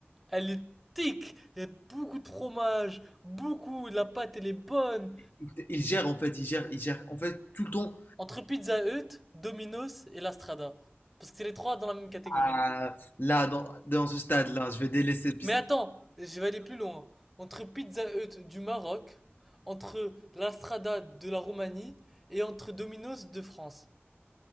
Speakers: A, in the centre; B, on the left.
A: elle est tic. Il y a beaucoup de fromage, beaucoup, la pâte, elle est bonne.
B: Il, il gère, en fait, il gère, il gère. En fait, tout le temps,
A: Entre Pizza Hut, Domino's et La Strada. Parce que c'est les trois dans la même catégorie.
B: Ah, là, dans, dans ce stade-là, je vais délaisser puis
A: Mais
B: ça-
A: attends, je vais aller plus loin. Entre Pizza Hut du Maroc, entre La Strada de la Roumanie et entre Domino's de France.